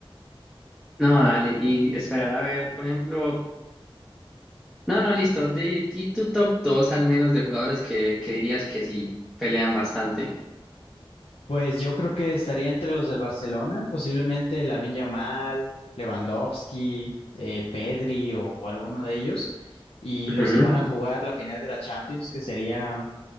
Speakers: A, in the centre; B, on the left (about 80°).
A: No, dale, y esperar a ver, por ejemplo, no, no, listo, di, di tu top 2 al menos de jugadores que, que dirías que sí pelean bastante.
B: Pues yo creo que estaría entre los del Barcelona, posiblemente Lamine Yamal, Lewandowski, eh, Pedri o, o alguno de ellos, y
A: Ujú.
B: los que van a jugar la final de la Champions, que sería